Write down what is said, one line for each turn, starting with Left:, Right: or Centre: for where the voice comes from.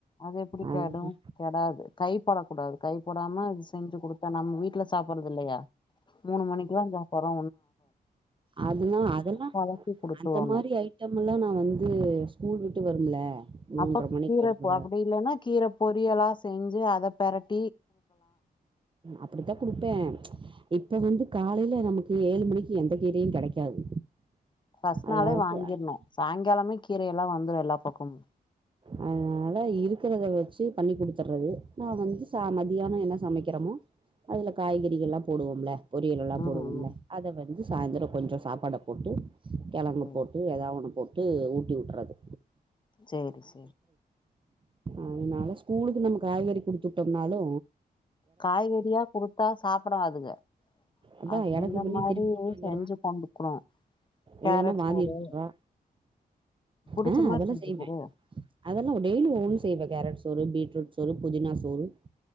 Left: அது எப்டி
Right: அதுதா
Left: கெடு கெடாது கைபோடக்கூடாது கைப்போ படாம அது செஞ்சு குடுத் தா நம் வீட்ல சாப்பறது இல்லயா மூணு மணிக்கு தா போ போறோ
Right: அது அதெல்லா
Left: கலக்கி குடுத்துடணு
Right: அந்த மாரி ஐட்டம்லா நா வந்து ஸ்கூல் விட்டு வரும்ல மூன்ற
Left: அப்ப
Right: மணிக்கு
Left: கீரப்
Right: வரும்ல
Left: அப்டி இல்லனா கீ கீர பொரியலா செஞ்சு அத பெரட்
Right: அப்டித்தா குடுப்பே இப்ப வந்து காலைல நமக்கு ஏழு மணிக்கு எந்த கீரையு கெடைக்காது
Left: ஃபஸ்ட் நாளே
Right: அதாவது
Left: வாங்கிர்ணு சாய்ங்காலமே கீரையெல்லா வந்து எல்லா பக்கமு
Right: அதனாலதா இருக்கிறத வச்சே பண்ணி குடுத்துட்றது நா வந்து ச மத்யான என்ன சமைக்கிறமோ அதுல காய்கறிகள்லா போடுவோம்ல பொரியல்லலா
Left: ம்
Right: போடுவோம்ல
Left: ம்
Right: அத வச் இது சாய்ந்தர கொஞ்ச சாப்பாட்ல போட்டு கெழங்கு
Left: சேரி
Right: போட்டு எதாவ்து ஒன்னு போட் ட்டு ஊட்டி விட்றது
Left: சேரி சேரி
Right: அதனால ஸ்கூலுக்கு நம்ம காய்கறி குடுத்துட்டம்னாலு
Left: காய்கறியா குடுத்தா சாப்டாதுக
Right: அதா
Left: அதுக்கு
Right: எடக்கு
Left: இந்த
Right: பண்ணி
Left: மாரி
Right: திருப்பி
Left: எதா
Right: கொண்டு வந்துர்றா
Left: செஞ்சு தந்துக்குவ கேரட்
Right: இல்லைன்னா வாந்தி
Left: சோரு
Right: எடுத்துட்றா
Left: புடிச்ச
Right: ஆ
Left: மாரி
Right: அதெல்லா
Left: செஞ்சு
Right: செய்வே
Left: குடு
Right: அதெல்லா டெய்லி ஓன்னு செய்வே கேரட் சோரு பீட்ரூட் சோரு புதினா சோரு